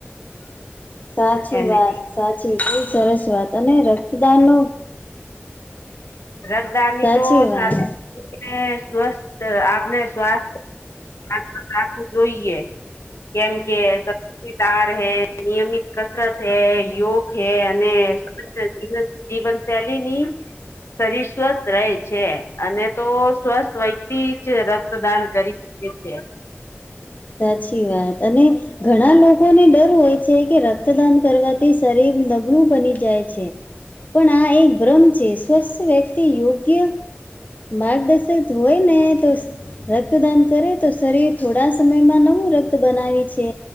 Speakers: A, on the left; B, on the left.
A: સાચી
B: અને
A: વાત, સાચી ખુબ સરસ વાત, અને રક્તદાન-
B: રક્દાનની
A: સાચી
B: તો, સાથે
A: વાત
B: સ્વસ્થ આપને સ્વાસ્થ- <unintelligible> રાખવું જોઈએ કેમ કે <unintelligible> આર હૈ, નિયમિત કસરત હૈ, યોગ હૈ, અને સ્વ્ જ <unintelligible> જીવન શૈલીની- શરીર સ્વસ્થ રહે છે અને તો સ્વસ્થ વ્યક્તિ જ રક્તદાન કરી <inaudible> <inaudible> એ છે
A: સાચી વાત, અને- ઘણા લોકોને ડર હોય છે કે રક્તદાન કરવાથી શરીર નબળું બની જાય છે. પણ આ એક ભ્રમ છે, સ્વસ્થ વ્યક્તિ યોગ્ય- માર્ગદર્શક ત હોય ને તો સ રક્તદાન કરે તો શરીર થોળા સમયમાં નવું રક્ત બનાવી છે